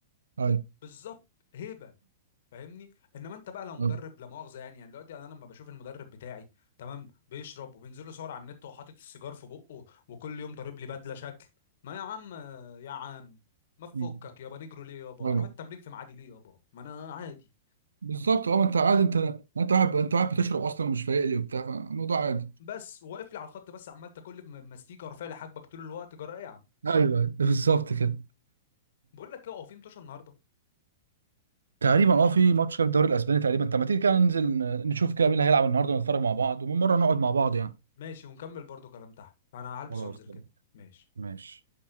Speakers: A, on the right (about 75°); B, on the left (about 60°).
A: ايوه
B: بالظبط هيبه فاهمني انما انت بقى لو مدرب
A: ايوه
B: لا مؤاخذه يعني يعني دلوقتي يعني انا لما بشوف المدرب بتاعي تمام بيشرب وبينزل له صور على النت وهو حاطط السيجار في بقه وكل يوم ضارب لي بدله شكل ما يا عم يا عم ما تفكك
A: مم.
B: يابا نجرو ليه يابا
A: أيوة.
B: اروح التمرين في ميعادي ليه يابا ما انا عادي
A: بالظبط اه ما انت عادي انت انت واحد انت واحد بتشرب اصلا ومش فايق لي وبتاع فالموضوع عادي
B: بس واقف لي على الخط بس عمال تاكل لي ماستيكه ورافع لي حاجبك طول الوقت جرى ايه يا عم
A: ايوه أيوة، بالظبط كده
B: بقول لك ايه هو في متوشه النهارده
A: تقريبا اه في ماتش كده في الدوري الاسباني تقريبا طب ما تيجي كده ننزل نشوف كده مين اللي هيلعب النهارده ونتفرج مع بعض ومن مره نقعد مع بعض يعني
B: ماشي ونكمل برضو كلام تحت انا هلبس
A: خلاص
B: وانزل
A: طيب.
B: كده ماشي
A: ماشي